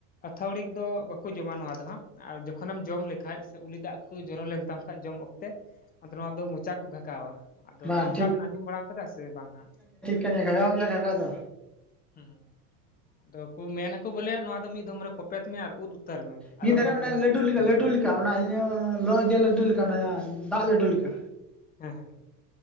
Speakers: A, on the left (about 20°); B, in the centre.
A: ᱟᱹᱛᱷᱟᱹᱣᱲᱤᱠ ᱫᱚ ᱵᱟᱠᱚ ᱡᱚᱢᱟ ᱱᱚᱣᱟ ᱫᱚ ᱦᱟᱸᱜ ᱟᱨ ᱡᱚᱠᱷᱚᱱᱮᱢ ᱡᱚᱢ ᱞᱮᱠᱷᱟᱡ ᱥᱮ ᱩᱞᱤᱫᱟᱜ ᱠᱚ ᱡᱚᱨᱚ ᱞᱮᱱ ᱛᱟᱢ ᱠᱷᱟᱡ ᱡᱚᱢ ᱚᱠᱛᱮ ᱟᱫᱚ ᱱᱚᱣᱟ ᱫᱚ ᱢᱚᱪᱟ ᱠᱚ ᱜᱷᱟᱜᱷᱟᱣᱟ ᱟᱫᱚ
B: ᱵᱟᱝ
A: ᱱᱚᱜᱼᱚ ᱱᱚᱝᱠᱟ ᱵᱮᱱ ᱟᱸᱡᱚᱢ ᱵᱟᱲᱟ ᱠᱟᱫᱟ ᱥᱮ ᱵᱟᱝ ᱦᱟᱸᱜ
B: ᱦᱮᱸ ᱜᱷᱟᱜᱟᱣ ᱜᱮᱭᱟ ᱜᱷᱟᱜᱟᱣ ᱫᱚ
A: ᱦᱩᱸ ᱟᱫᱚ ᱠᱚ ᱢᱮᱱᱟᱠᱚ ᱵᱚᱞᱮ ᱱᱚᱣᱟ ᱫᱚ ᱢᱤᱫ ᱫᱷᱚᱢ ᱨᱮ ᱠᱚᱯᱮᱛ ᱢᱮ ᱟᱨ ᱩᱫ ᱩᱛᱟᱹᱨ ᱢᱮ,
B: ᱢᱤᱫ
A: ᱟᱞᱚᱢ
B: ᱫᱷᱟᱨᱮ
A: ᱦᱟᱱᱛᱮ
B: ᱚᱱᱮ
A: ᱱᱟᱛᱮ
B: ᱞᱟᱹᱰᱩ ᱞᱮᱠᱟ
A: ᱛᱚᱜᱚᱡ
B: ᱞᱟᱹᱰᱩ
A: ᱤᱭᱟᱹ ᱵᱟᱲᱟᱭᱟ᱾
B: <inaudible> ᱞᱟᱹᱰᱩ ᱞᱮᱠᱟ ᱱᱟᱭᱟ ᱫᱟᱜ ᱞᱟᱹᱰᱩ ᱞᱮᱠᱟ᱾
A: ᱦᱮᱸ ᱦᱮᱸ ᱦᱮᱸ,